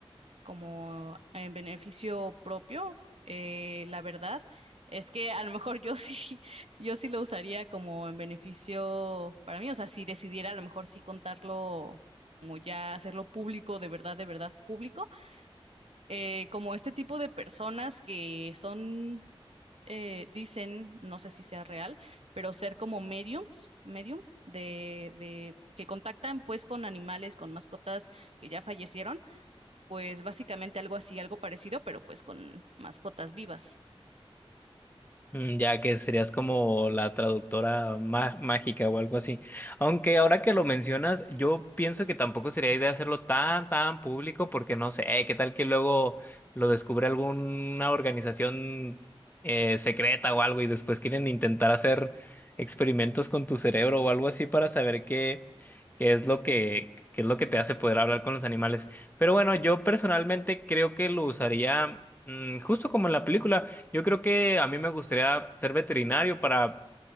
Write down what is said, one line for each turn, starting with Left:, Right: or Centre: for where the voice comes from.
Right: como en beneficio propio, eh, la verdad es que a lo mejor yo <laughs> sí, yo sí lo usaría como en beneficio para mí. O sea, si decidiera a lo mejor sí contarlo, como ya hacerlo público, de verdad, de verdad público eh, como este tipo de personas que son eh, dicen, no sé si sea real, pero ser como mediums, medium, de, de que contactan pues con animales, con mascotas que ya fallecieron, pues básicamente algo así, algo parecido, pero pues con mascotas vivas.
Left: Mm, Ya que serías como la traductora má- mágica o algo así. Aunque ahora que lo mencionas, yo pienso que tampoco sería idea hacerlo tan, tan público porque no sé, qué tal que luego lo descubre alguna organización eh, secreta o algo y después quieren intentar hacer experimentos con tu cerebro o algo así para saber qué, qué es lo que, qué es lo que te hace poder hablar con los animales. Pero bueno, yo personalmente creo que lo usaría mm, justo como en la película. Yo creo que a mí me gustaría ser veterinario para